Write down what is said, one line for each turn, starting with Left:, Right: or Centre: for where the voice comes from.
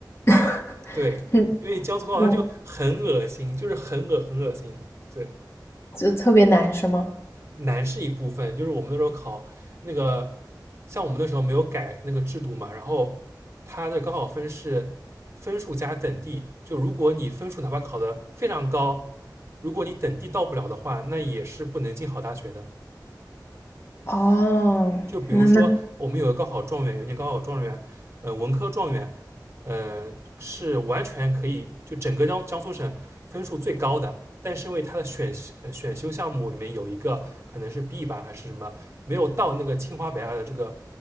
Left: <laughs>
Right: 对，
Left: 嗯
Right: 因为江苏高考它就很恶心，
Left: 对，
Right: 就是很恶很恶心。对，
Left: 就特别难是吗？
Right: 难是一部分，就是我们那时候考那个，像我们那时候没有改那个制度嘛，然后它的高考分是分数加等第，就如果你分数哪怕考得非常高，如果你等第到不了的话，那也是不能进好大学的。
Left: 哦，
Right: 就比如说，
Left: 那那
Right: 我们有个高考状元，有一年高考状元，呃，文科状元，呃，是完全可以就整个江江苏省分数最高的，但是因为他的选呃选修项目里面有一个可能是 B 吧还是什么，没有到那个清华北大的这个